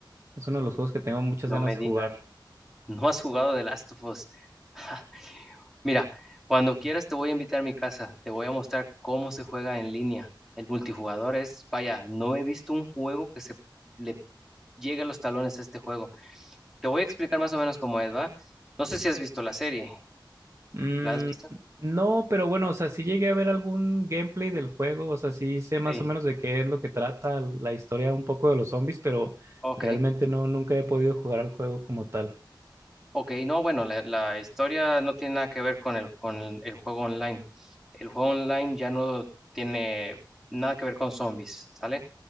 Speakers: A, on the right; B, in the centre.
A: Es uno de los juegos que tengo muchas
B: no
A: ganas
B: me
A: de
B: digas,
A: jugar.
B: no has jugado de Last of Us. <laughs> Mira, cuando quieras te voy a invitar a mi casa, te voy a mostrar cómo se juega en línea. El multijugador es, vaya, no he visto un juego que se le llegue a los talones a este juego. Te voy a explicar más o menos cómo es, ¿va? No sé si has visto la serie.
A: Mm,
B: ¿La has visto?
A: no, pero bueno, o sea, sí llegué a ver algún gameplay del juego, o sea, sí sé más
B: Sí.
A: o menos de qué es lo que trata la historia un poco de los zombies, pero
B: Ok,
A: realmente no, nunca he podido jugar al juego como tal.
B: ok, no, bueno, la, la historia no tiene nada que ver con el, con el el juego online. El juego online ya no tiene nada que ver con zombies, ¿sale?